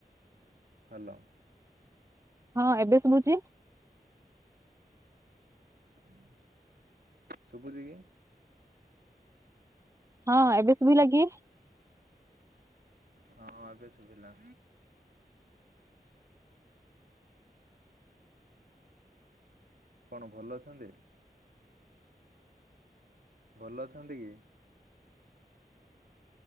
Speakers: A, on the right; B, on the right.
A: ହଲୋ
B: ହଁ ଏବେ ଶୁଭୁଛି?
A: ହୁଁ ଶୁଭୁଛି କି?
B: ହଁ ଏବେ ଶୁଭିଲା କି?
A: ହଁ ଏବେ ଶୁଭିଲା। କଣ ଭଲ ଅଛନ୍ତି? ଭଲ ଅଛନ୍ତି କି?